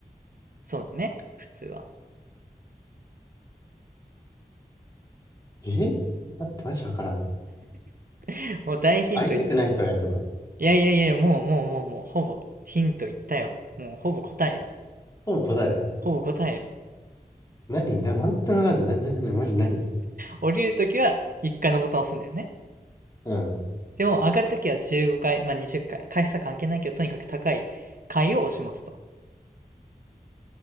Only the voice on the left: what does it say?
え待って、マジわからん。
会いたくない人がいるとか。
ほぼ答え。
何な、全くわかんない。な、な、な、な、マジ何
うん。